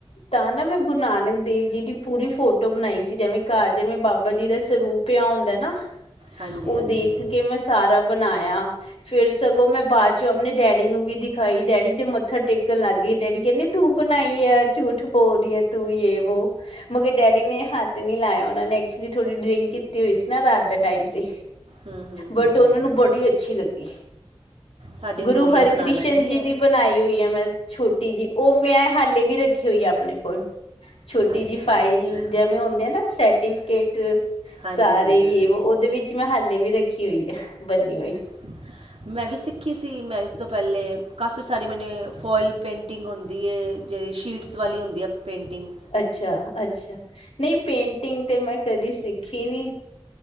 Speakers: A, on the left (about 85°); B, on the right (about 80°).
A: ਤਾਂ ਨਾ ਮੈਂ ਗੁਰੂ ਨਾਨਕ ਦੇਵ ਜੀ ਦੀ ਪੂਰੀ ਫੋਟੋ ਫੋਟੋ ਬਣਾਈ ਸੀ ਜਿਵੇਂ ਘਰ ਜਿਵੇਂ ਬਾਬਾ ਜੀ ਦਾ ਸਰੂਪ ਪਿਆ ਹੁੰਦਾ ਨਾ।
B: ਹਾਂਜੀ
A: ਉਹ
B: ਹਾਂਜੀ
A: ਦੇਖ ਕੇ ਮੈਂ ਸਾਰਾ ਬਣਾਇਆ। ਫੇਰ ਸਗੋਂ ਮੈਂ ਬਾਅਦ ਚੋਂ ਆਪਣੇ ਡੈਡੀ ਨੂੰ ਵੀ ਦਿਖਾਈ, ਡੈਡੀ ਤੇ ਮੱਥਾ ਟੇਕਣ ਲੱਗ ਗਏ ਡੈਡੀ ਕਹਿੰਦੇ। ਤੂੰ ਬਣਾਈ ਹੈ ਝੂਠ ਬੋਲ ਰਹੀ ਹੈ ਤੂੰ ਯ ਵੋ, ਮਗਰ ਡੈਡੀ ਨੇ ਹੱਥ ਨੀ ਲਾਇਆ, ਉਹ ਨੇ ਐਕਚੁਲੀ ਥੋੜ੍ਹੀ ਡਰਿੰਕ ਕੀਤੀ ਹੋਈ ਸੀ, ਨਾ ਰਾਤ ਦਾ ਟਾਈਮ ਸੀ।
B: ਹੂੰ ਹੂੰ ਹੂੰ
A: ਬਟ ਉਹਨਾਂ
B: ਹੂੰ
A: ਨੂੰ
B: ਹੂੰ
A: ਬੜੀ ਅੱਛੀ ਲੱਗੀ।
B: ਸਾਡੀ ਹੁਣ
A: ਗੁਰੂ
B: ਗੁੜੀਆ
A: ਹਰਿਕ੍ਰਿਸ਼ਨ
B: ਬਣਾ ਲੈਂਦੀ
A: ਜੀ
B: ਹੈ
A: ਦੀ ਬਣਾਈ ਹੋਈ ਹੈ ਮੈਂ, ਛੋਟੀ ਜਿ ਉਹ ਮੈਂ ਹਾਲੇ ਵੀ ਰੱਖੀ ਹੋਈ ਆ ਆਪਣੇ ਕੋਲ। ਛੋਟੀ
B: ਅੱਛਾ
A: ਜਿਹੀ ਫਾਈਲ
B: ਅੱਛਾ
A: ਜਿਵੇਂ ਹੁੰਦੇ ਆ ਨਾ ਸਰਟੀਫਿਕੇਟ
B: ਹਾਂਜੀ
A: ਸਾਰੇ
B: ਹਾਂਜੀ
A: ਹੀ ਉਹਦੇ ਵਿੱਚ ਮੈਂ ਹਾਲੇ ਵੀ ਰੱਖੀ ਹੋਈ ਆ, ਬੰਨੀ ਹੋਈ।
B: <unintelligible> ਮੈਂ ਵੀ ਸਿੱਖੀ ਸੀ ਮੈਰਿਜ ਤੋਂ ਪਹਿਲੇ ਕਾਫੀ ਸਾਰੀ ਮੈਨੇ ਫੋਇਲ ਪੇਂਟਿੰਗ ਹੁੰਦੀ ਹੈ। ਜਿਹੜੀ ਸ਼ੀਟਸ ਵਾਲੀ ਹੁੰਦੀਆਂ ਪੇਂਟਿੰਗ।
A: ਅੱਛਾ ਅੱਛਾ। ਨਹੀਂ ਪੇਂਟਿੰਗ ਤੇ ਮੈਂ ਕਦੀ ਸਿੱਖੀ ਨਹੀਂ।